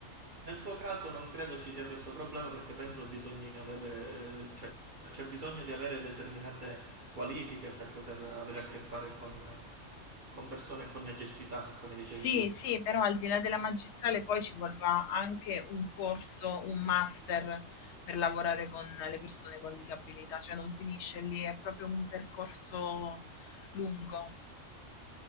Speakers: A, on the right; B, on the left.
A: Nel tuo caso non credo ci sia questo problema perché penso bisogna avere, cioè, c'è bisogno di avere determinate qualifiche per poter avere a che fare con, con persone con necessità, come dicevi
B: Sì,
A: tu.
B: sì, però al di là della magistrale poi ci vorrà anche un corso, un master per lavorare con le persone con disabilità, cioè non finisce lì, è proprio un percorso lungo.